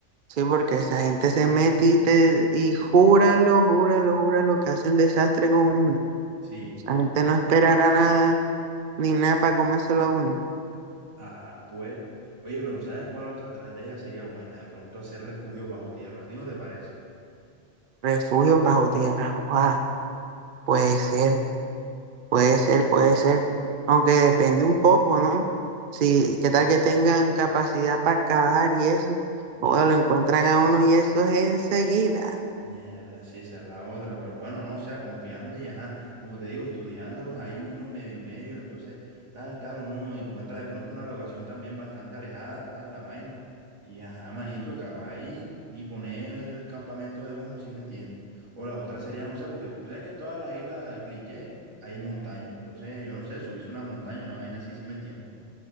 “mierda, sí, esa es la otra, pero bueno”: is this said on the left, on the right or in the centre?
Right